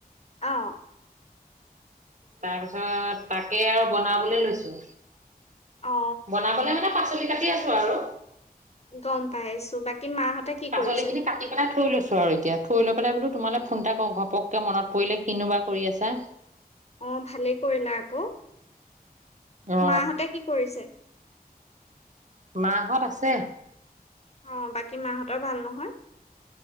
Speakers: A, on the left; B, on the right.
A: অঁ'।
B: তাৰপিছত, তাকে আৰু বনাবলে লৈছো।
A: অ
B: বনাবলে মানে পাচলি- কাটি আছোঁ আৰু।
A: গ'ম পাই আছো। বাকী মাহঁতে- কি
B: পাচলি
A: কৰিছে
B: খিনি, কাটি পেলায় থৈ লৈছোঁ। আৰু এতিয়া, থয় লৈ পেলাই বোলো তোমালে ফোন এটা কৰো, ঘপকে মনত পৰিলে, কিনো বা কৰি আছা।
A: অ', ভালেই কৰিলা আকৌ।
B: অ
A: মাহঁতে কি কৰিছে?
B: মা'হঁত আছে।
A: অ', বাকী মাহঁতৰ, ভাল নহয়?